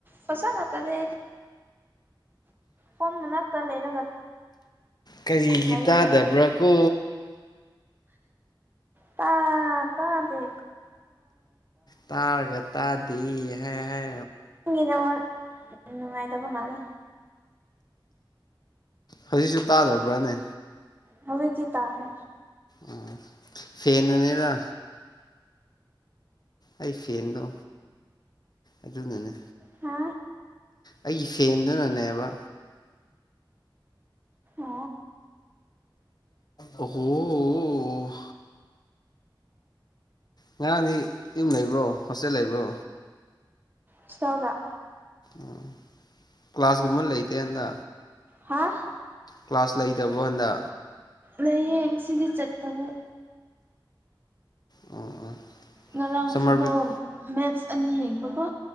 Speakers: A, on the right; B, on the left.
A: ꯐꯁꯅ ꯇꯗ ꯐꯣꯟ ꯃꯅꯥꯛ ꯇ ꯂꯩꯦꯔ ꯉ
B: ꯀꯔꯤꯒꯤ
A: ꯍꯥꯏꯗꯅꯥ
B: ꯇꯥꯗꯕ꯭ꯔꯥ ꯀꯣ
A: ꯇꯥ ꯇ ꯗꯣ
B: ꯇꯥꯔꯒ ꯇꯥꯗꯤ ꯍꯥꯏ ꯍꯥꯏ
A: ꯒꯤꯗ ꯅꯨꯡꯉꯥꯏ ꯇꯥꯕꯅꯂꯦ
B: ꯍꯧꯖꯤꯛꯁꯨ ꯇꯥꯗꯕ꯭ꯔꯥꯅꯦ
A: ꯍꯧꯖꯤꯛ ꯆ ꯇꯁꯦ
B: ꯎ ꯐꯦꯟ ꯑꯅꯦꯔ ꯑꯩ ꯐꯦꯟꯗꯣ ꯑꯗꯨꯅꯅꯦ
A: ꯍꯥ
B: ꯑꯩꯒꯤ ꯐꯦꯟꯗꯨꯅꯅꯦꯕ
A: ꯑꯣ
B: ꯑꯣ ꯉꯔꯥꯡꯗꯤ ꯌꯨꯝ ꯂꯩꯕ꯭ꯔꯣ ꯍꯣꯁꯇꯦꯜ ꯂꯩꯕ꯭ꯔꯣ
A: ꯁꯣꯉ
B: ꯎꯝ ꯀ꯭ꯂꯥꯁꯀꯨꯝꯕ ꯂꯩꯇꯦ ꯍꯟꯗ
A: ꯍꯥꯥ
B: ꯀ꯭ꯂꯥꯁ ꯂꯩꯇꯕ꯭ꯔꯣ ꯍꯟꯗ
A: ꯂꯩꯌꯦ ꯉꯁꯤꯗꯤ ꯆꯠꯇꯕ
B: ꯑꯣ ꯑꯣ
A: ꯉꯔꯥꯡ
B: ꯁꯝꯃꯔ
A: ꯐꯨꯠꯕꯣꯜ
B: ꯕ꯭ꯔꯤꯛ
A: ꯃꯦꯠꯁ ꯑꯅꯤ ꯌꯦꯡꯕꯀꯣ